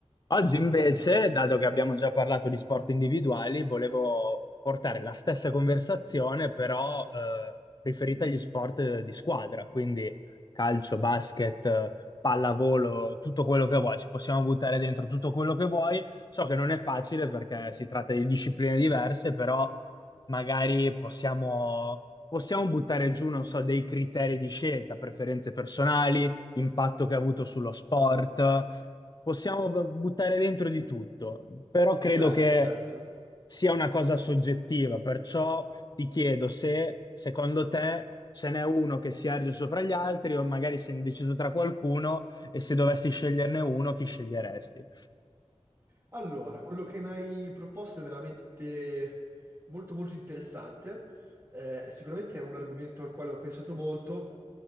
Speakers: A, on the left; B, on the right.
A: Oggi invece, dato che abbiamo già parlato di sport individuali, volevo portare la stessa conversazione, però eh, riferita agli sport eh, di squadra, quindi calcio, basket, eh, pallavolo, tutto quello che vuoi, ci possiamo buttare dentro tutto quello che vuoi. So che non è facile perché si tratta di discipline diverse, però magari possiamo, possiamo buttare giù, non so, dei criteri di scelta, preferenze personali impatto che ha avuto sullo sport. Possiamo b- buttare dentro di tutto, però credo
B: Certo,
A: che
B: certo.
A: sia una cosa soggettiva, perciò ti chiedo se secondo te ce n'è uno che si erge sopra gli altri o magari sei indeciso tra qualcuno e se dovessi sceglierne uno, chi sceglieresti?
B: Allora, quello che mi hai proposto è veramente molto molto interessante. Eh, sicuramente è un argomento al quale ho pensato molto.